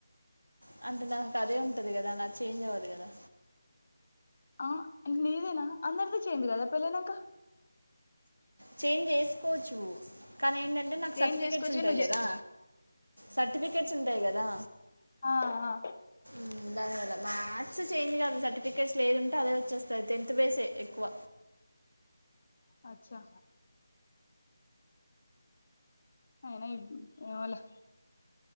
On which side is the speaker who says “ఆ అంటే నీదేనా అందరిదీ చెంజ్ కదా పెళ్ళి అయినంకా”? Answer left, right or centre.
Left